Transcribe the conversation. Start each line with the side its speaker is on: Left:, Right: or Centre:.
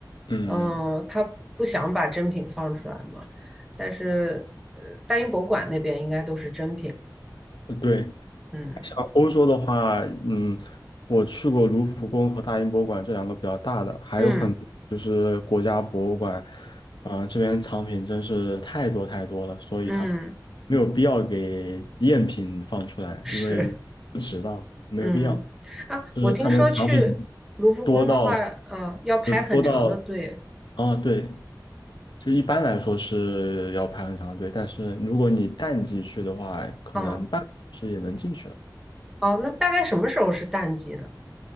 Left: 嗯，
Centre: 嗯，他不想把真品放出来嘛，但是呃，大英博物馆那边应该都是真品，
Left: 呃对。
Centre: 嗯
Left: 像欧洲的话，嗯，我去过卢浮宫和大英博物馆这两个比较大的，还有很多就是国家博物馆，
Centre: 嗯
Left: 啊、这边藏品真是太多太多了，所以它
Centre: 嗯，
Left: 没有必要给赝品放出来，
Centre: 是，
Left: 因为不值当，没有必要。
Centre: 嗯啊，
Left: 就是他们藏品
Centre: 我听说去卢浮宫的话，
Left: 多到，
Centre: 嗯，要排很长的队，
Left: 就多到，啊，对，就一般来说是要排很长队，但是如果你淡季去的话，可能半个小时也能进去了。
Centre: 嗯哦，那大概什么时候是淡季呢？